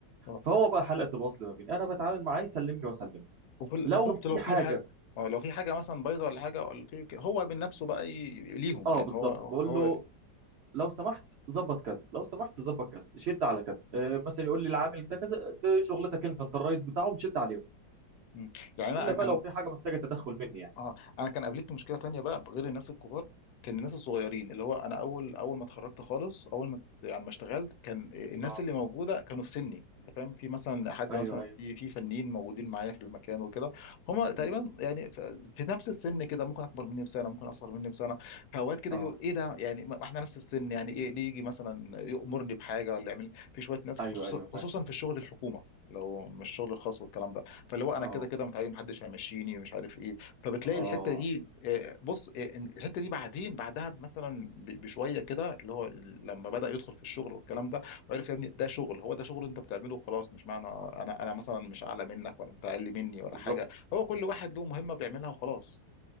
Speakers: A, on the left; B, on the right.
A: اه
B: فهو بقى حلقه الوصل ما بيني انا بتعامل معاه يسلمني واسلمه
A: وفي ال-
B: لو
A: بالظبط
B: في
A: لو في
B: حاجه
A: حاجه اه لو في حاجه مثلا بايظه ولا حاجه ولا في ك- هو من نفسه بقى ي... ليهم
B: اه
A: يعني
B: بالظبط
A: هو
B: بقول
A: هو
B: له لو سمحت ظبط كذا لو سمحت ظبط كذا شد على كذا آه مثلا يقول لي العامل ده كذا ده شغلتك انت انت الرئيس بتاعه شد عليهم
A: م. يعني انا
B: الا بقى
A: كان
B: لو في حاجه محتاجه تدخل مني يعني
A: اه انا كان قابلتني مشكله تانية بقى غير الناس الكبار كان الناس الصغيرين اللي هو انا اول اول ما اتخرجت خالص اول ما يعني ما اشتغلت كان الناس
B: اه
A: اللي موجوده كانوا في سني انت فاهم في مثلا حد
B: ايوه
A: مثلا
B: ايوه
A: في في فنيين موجودين معايا في المكان وكده هم تقريبا
B: مم.
A: يعني ف- في نفس السن كده ممكن اكبر مني بسنه ممكن اصغر مني بسنه فاوقات كده
B: اه
A: يقول ايه ده يعني ما ما احنا نفس السن يعني ايه ليه يجي مثلا يامرني بحاجه ولا يعمل في شويه ناس
B: ايوه
A: خصوصا
B: ايوه
A: خصوصا
B: فاهم
A: في الشغل الحكومه لو مش الشغل الخاص والكلام ده فاللي هو انا
B: اه
A: كده كده متعين محدش هيمشيني مش عارف ايه فبتلاقي
B: اه
A: الحته دي آه، بص آه، إن الحته دي بعدين بعدها مثلا ب- بشويه كده اللي هو لما بدا يدخل في الشغل والكلام ده وعرف يا ابني ده شغل هو ده شغل انت بتعمله وخلاص مش معنى انا انا مثلا مش اعلى منك ولا انت اقل مني ولا
B: بالظبط
A: حاجه هو كل واحد له مهمه بيعملها وخلاص